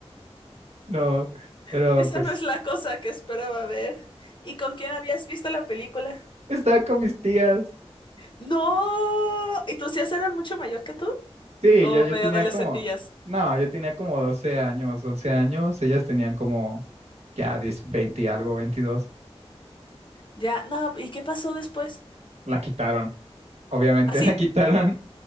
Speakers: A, on the right; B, on the left.
A: No,
B: <laughs>
A: pero
B: Esa
A: pues
B: no es la cosa que esperaba ver. ¿Y con quién habías visto la película?
A: estaba con mis tías.
B: No. ¿Y tus tías eran mucho mayor que tú?
A: Sí,
B: ¿O
A: yo, yo
B: medio
A: tenía
B: adolescentillas?
A: como, no, yo tenía como 12 años, 11 años, ellas tenían como ya 10, 20 y algo, veintidós
B: Ya, no, ¿y qué pasó después?
A: La quitaron, obviamente
B: Así,
A: <laughs> la quitaron.